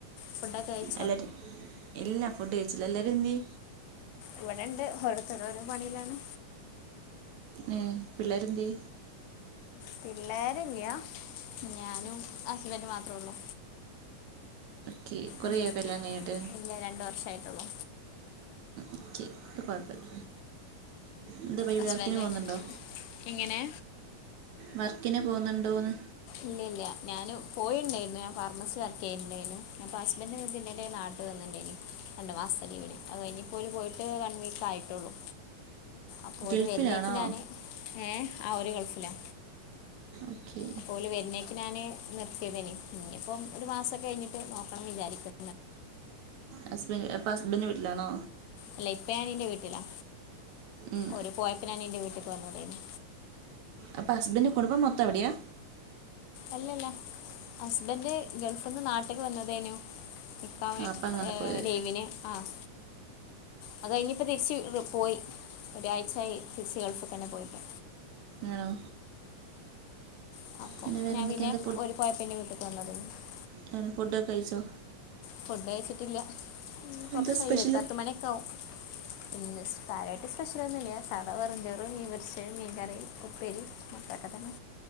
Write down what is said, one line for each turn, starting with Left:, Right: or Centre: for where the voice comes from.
Left: ഫുഡൊക്കെ ആയി
Right: എല്ലരും ഇല്ലാ ഫുഡ് കഴിച്ചില്ല എല്ലാരും എന്തേ?
Left: ഇവിടെണ്ട് ഓരോരുത്തർ ഓരോ പണിയിലാണ്
Right: ഏഹ് പിള്ളേരെന്ത്യെ
Left: പിള്ളേരില്ല്യ ഞാനും ഹസ്ബൻഡും മാത്രേള്ളൂ
Right: ഓക്കെ കൊറേ
Left: ഉം.
Right: ആയൊ കല്യാണം കഴിഞ്ഞിട്ട്
Left: ഇല്ല രണ്ട് വർഷമായിട്ടുള്ളൂ
Right: ഒക്കെ കൊഴപ്പില്ല എന്താ പരു
Left: ഹസ്ബൻഡ്
Right: വർക്കിന് പോന്നുണ്ടോ
Left: എങ്ങനെ
Right: വർക്കിന് പോന്നുണ്ടോന്ന്?
Left: ഇല്ല ഇല്ല ഞാൻ പോയിണ്ടേയിരുന്നു ഞാൻ ഫാർമസി വർക്ക് ചെയ്യുന്നുണ്ടേനു അപ്പോ ഹസ്ബൻഡ് ഇതിന്റെ എടേൽ നാട്ടിൽ വന്ന്ണ്ടേയിന് രണ്ട് മാസത്തെ ലീവിന് അത് കഴിഞ്ഞ് ഇപ്പൊ ഓല് പോയിട്ട് വൺ വീക്ക് ആയിട്ടുള്ളു അപ്പോൾ
Right: ഗൾഫിലാണോ
Left: ഒരു വരുന്നേക്ക് ഞാന് ഏഹ് ആഹ് ഓര് ഗൾഫിലാ
Right: ഓക്കെ
Left: അപ്പോല് വരുന്നേക്ക് ഞാന് നിർത്തിയതേന് ഇനി ഇപ്പം ഒരു മാസംക്കെ കഴിഞ്ഞിട്ട് നോക്കണം വിചാരിക്കുന്നു
Right: ഹസ്ബൻഡ് അപ്പോൾ ഹസ്ബൻഡി ന്റെ വീട്ടിലാണോ
Left: ഇല്ല ഇപ്പ ഞാനിന്റെ വീട്ടിലാ
Right: ഉം
Left: ഓര് പോയപ്പോ ഞാൻ എൻ്റെ വീട്ട്ക്ക് വന്നതായിന്ന്
Right: അപ്പ ഹസ്ബൻഡ് കുടുംബം മൊത്തം അവിട്യാ
Left: അല്ലല്ല ഹസ്ബൻഡ് ഗൾഫിന്ന് നാട്ടിക്ക് വന്നതേനു നിക്കാൻ വേണ്ടി
Right: ആ അപ്പം അങ്ങനെ
Left: ഏഹ്
Right: പോയത്
Left: ലീവിന് ആഹ് അത് കഴിഞ്ഞിപ്പോ തിരിച്ച് പോയി ഒരാഴ്ചയായി തിരിച്ച് ഗൾഫിൽ തന്നെ പോയിട്ട്
Right: ആണോ?
Left: <inaudible>
Right: പിന്നെ വേറെ എന്തൊക്കെ എന്താ എങ്ങനെ ഫുഡൊക്കെ കഴിച്ചോ?
Left: ഫുഡ് കഴിച്ചിട്ടില്ല ഉം കൊറച്ചഴിയും
Right: എന്താ സ്പെഷ്യൽ
Left: ഒര് പത്തുമണിയൊക്കെ ആവും ഇന്ന് സ്കായ സ്പെഷ്യൽ ഒന്നുല്ല്യ സാദാ വെറും ചോറ് മീൻ പൊരിച്ചത് മീൻകറി ഉപ്പേരി മത്രക്കെത്തന്നെ